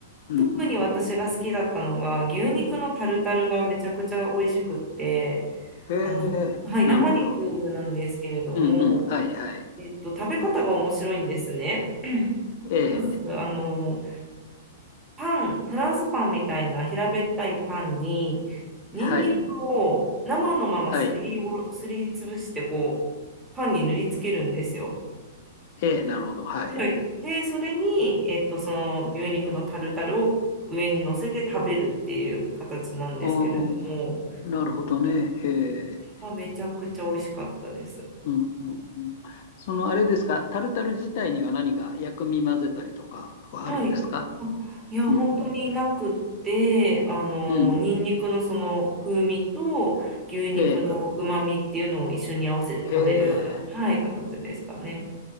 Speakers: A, on the left; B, on the right.
A: うん、
B: 特に私が好きだったのが、
A: うん、うん。
B: 牛肉のタルタルがめちゃくちゃ美味しくって、
A: へえ、
B: あの、はい、
A: なるほど。
B: 生肉なんですけれども、
A: うん、うん、はい、はい。
B: えっと、食べ方が面白いんですね。<laughs> <clears throat>
A: ええ、
B: まず、あの、パン、フランスパンみたいな平べったいパンに、ニンニクを生のまますりおろ、
A: はい、はい。
B: すりつぶして、こう、パンに塗りつけるんですよ。
A: ええ、なるほど、はい。
B: はい。で、それに、えっと、その牛肉のタルタルを上に乗せて食べるっていう形なんですけれども、
A: ああ、なるほどね。へえ、
B: まあ、めちゃくちゃ美味しかったです。
A: うん、うん、うん。その、あれですか、タルタル自体には何か薬味混ぜたりとかはあるんですか
B: はい。うんいや、
A: うん、
B: 本当になくって、
A: うん、
B: あの、
A: うん。
B: ニンニクのその風味と牛肉の旨味っていうのを一緒に合わせて食べるような、
A: ええ、へえ、
B: はい、形でしたね。